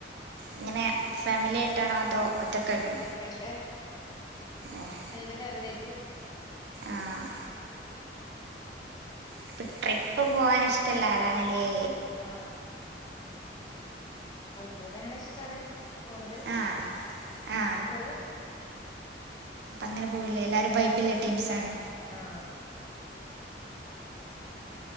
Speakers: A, on the right (about 65°); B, on the left (about 25°).
A: ഇങ്ങനെ ഫാമിലിയായിട്ടാണോ അതോ ഒറ്റക്കാര്ന്നോ
B: ഇക്കാന്റെ
A: ആഹ്
B: ന്റെ ഫാമിലിയായിട്ട്.
A: ആഹ് അപ്പ ട്രിപ്പ് പോവാൻ ഇഷ്ടല്ല ആളാണ്ല്ലേ?
B: ആഹ് അവ്ടുത്തോൽക്ക് അങ്ങനെ ഇഷ്ടാണ്. പോണത് അപ്പോ
A: ആ ആ
B: അങ്ങനെ പോവും.
A: അപ്പൊ അങ്ങനെ പോവും ല്ലേ എല്ലാരും വൈബില്ല ടീംസാണ്.
B: ആഹ്